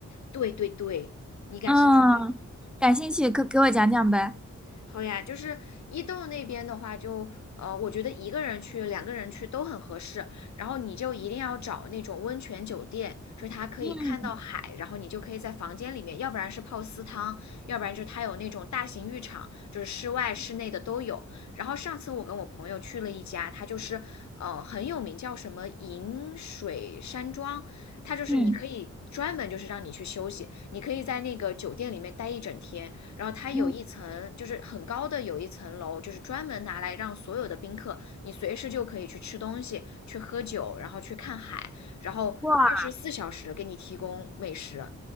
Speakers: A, on the left; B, in the centre.
A: 对对对，你感兴趣吗？
B: 嗯，感兴趣，可给我讲讲呗。
A: 好呀，就是伊豆那边的话就，呃，我觉得一个人去、两个人去都很合适。然后你就一定要找那种温泉酒店，就是它可以看到海，
B: 嗯
A: 然后你就可以在房间里面，要不然是泡私汤，要不然就是它有那种大型浴场，就是室外、室内的都有。然后上次我跟我朋友去了一家，它就是呃很有名，叫什么银水山庄，它就是你可以。
B: 嗯
A: 专门就是让你去休息，你可以在那个酒店里面待一整天，然后它有一层就是很高的有一层楼，
B: 嗯，
A: 就是专门拿来让所有的宾客，你随时就可以去吃东西、去喝酒，然后去看海，然后二十四小时给你提供美食。
B: 哇，